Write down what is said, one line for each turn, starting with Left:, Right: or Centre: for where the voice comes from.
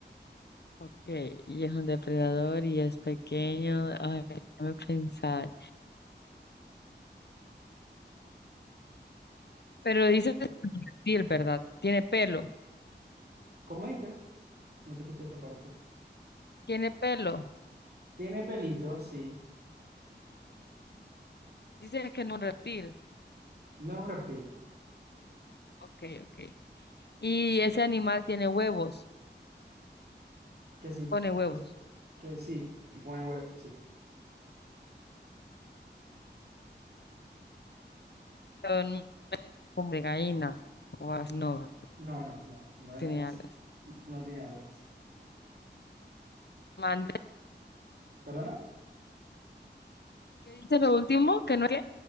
Left: Ok, y es un depredador y es pequeño. Ay, déjame pensar. Pero dices que es un reptil, ¿verdad? Tiene pelo.
Right: ¿Cómo dijiste? No te escuché esa parte.
Left: Tiene pelo.
Right: Tiene pelito, sí.
Left: Dices que es un reptil.
Right: No es un reptil.
Left: Ok, ok. Y ese animal tiene huevos.
Right: Que sí,
Left: Pone huevos.
Right: que, sí- que sí, y pone huevo, sí.
Left: Pero no es como de gallina o algo así, No,
Right: No, no, no, no
Left: tiene
Right: es,
Left: alas.
Right: no tiene alas.
Left: Mande.
Right: ¿Perdona?
Left: ¿Qué dice lo último? ¿Que no es qué?